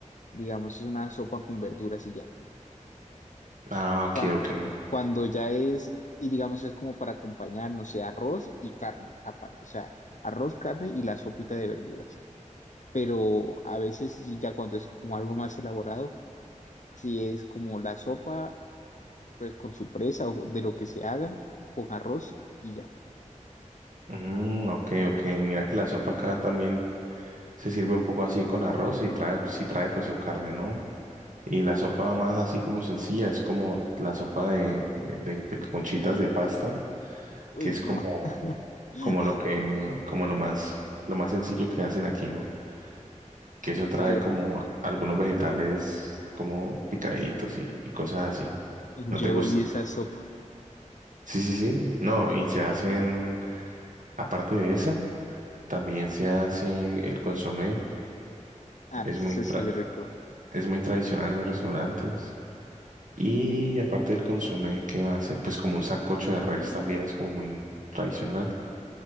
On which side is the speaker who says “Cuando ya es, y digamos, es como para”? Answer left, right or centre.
Left